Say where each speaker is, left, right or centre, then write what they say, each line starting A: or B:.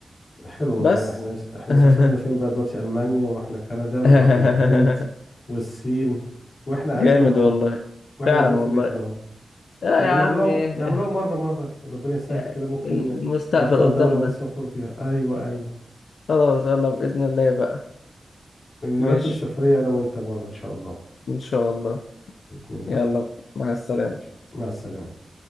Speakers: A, on the left; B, on the left.
A: حلو والله
B: بس
A: احنا احنا
B: <laughs>
A: سافرنا فين بقى دلوقتي المانيا ورحنا كندا ورحنا
B: <laughs>
A: الهند والصين واحنا قاعدين
B: جامد
A: اهو
B: والله
A: واحنا
B: فعلا
A: قاعدين في
B: والله
A: بيتنا اهو
B: لا
A: نبقى
B: يا عم
A: نعملوها
B: ايه
A: نعملوها مرة مرة ربنا يسهل
B: يعني
A: كده ممكن
B: المستقبل
A: نختار دولة
B: قدامنا
A: ونسافر فيها ايوه ايوه
B: خلاص يلا بإذن الله بقى
A: نرتب
B: ماشي
A: سفرية انا وانت مرة ان شاء الله
B: إن شاء الله
A: بإذن الله
B: يلا مع السلامة
A: ماشي مع السلامة